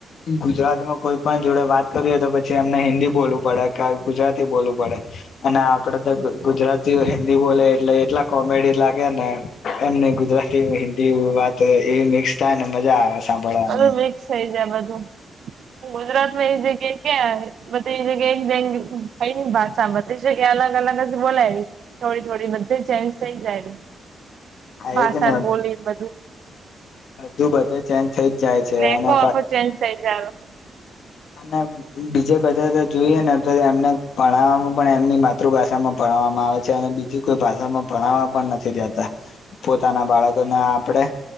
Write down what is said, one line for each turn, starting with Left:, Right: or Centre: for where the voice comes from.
Left: ગુજરાત માં કોઈ પણ જોડે વાત કરી હોય તો પછી એમને હિન્દી બોલવું પડે ક ગુજરાતી બોલવું પડે અને આપડે તો ગુજરાતી હિન્દી બોલે એટલે એટલા કોમેડી લાગે ને એમ ન ગુજરાતી હિન્દી વાત એવી મિક્સ થાય ને મજા આવે સાંભળવાની
Right: બધું મિક્સ થઇ જાય બધું ગુજરાત માં એ જગ્યા ક્યા એ જગ્યા થઈ ભાષા બ જ્યા અલગ અલગ જ બોલાયવી થોડી થોડી બધી ચેન્જ થઈ જાય એવી
Left: આ
Right: ભાષાણ
Left: એ જ ને
Right: બોલી મધું
Left: બધું બધે ચેન્જ થઇ જ જાય છે,
Right: લેખો
Left: અને
Right: આખો ચેન્જ થઈ જાય
Left: અને બીજા બધા તો જોઈએ ને એમને ભણાવવામાં પણ એમની માતૃભાષામાં ભણવામાં આવે છે અને બીજ કોઈ ભાષામાં ભણાવવા પણ નથી, જતા પોતાના બાળકોને આપણેે